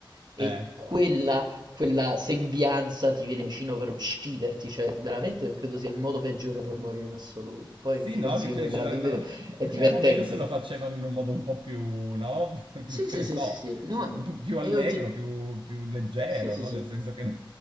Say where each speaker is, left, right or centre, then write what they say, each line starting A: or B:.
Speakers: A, on the right; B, on the right.
A: e
B: Eh.
A: quella quella sembianza ti viene vicino per ucciderti, cioè veramente credo sia il modo peggiore per morire in assoluto. Poi
B: Sì,
A: ti
B: no,
A: consiglio
B: che tu
A: di
B: dici,
A: andare
B: dovrebbero-
A: a vedere,
B: <laughs>
A: è divertente.
B: era meglio se lo facevano in un modo un po' più, no? <laughs> Più,
A: Sì,
B: che
A: sì,
B: ne
A: sì,
B: so,
A: sì, sì. No,
B: un po' più
A: è
B: allegro,
A: ogget
B: più, più leggero,
A: sì, sì,
B: no?
A: sì.
B: Nel senso che